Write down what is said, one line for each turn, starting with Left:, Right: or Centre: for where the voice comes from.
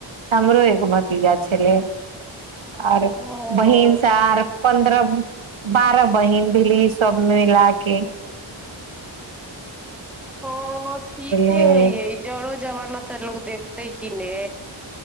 Right: हमरो एक भतीजा छलै आओर
Centre: ओ
Right: बहिन सार पन्द्रह बारह बहिन भेलीस सब मिला कए
Centre: हँ ठीके
Right: रहे
Centre: है य जरो जमाना तऽ लोकोग देखते कि ने